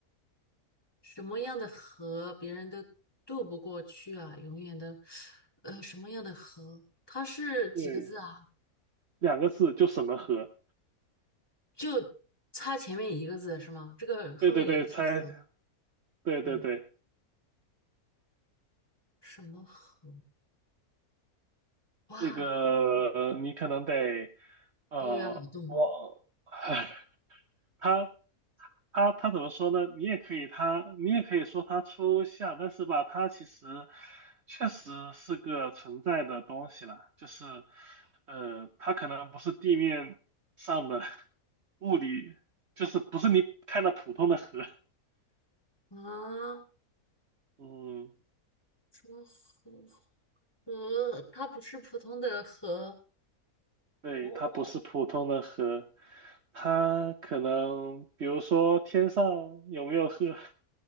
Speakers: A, on the left (about 15°); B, on the right (about 55°).
A: 什么样的河别人都渡不过去啊，永远都，呃，什么样的河？它是几个字啊？
B: 对。两个字就什么河。
A: 就差前面一个字是吗？这个后面也是河，
B: 对对对，猜，对对对，
A: 嗯，什么河？哇，
B: 这个呃你可能得呃，
A: 又要脑洞
B: 我，<laughs> 唉，他他他怎么说呢？你也可以他，你也可以说他抽象，但是吧，他其实确实是个存在的东西啦，就是呃，它可能不是地面上的 <laughs> 物理，就是不是你看到普通的河，
A: 啊！
B: 嗯。
A: 什么河？河，它不是普通的河，
B: 对，
A: 我
B: 它不是普通的河，它可能比如说天上有没有河，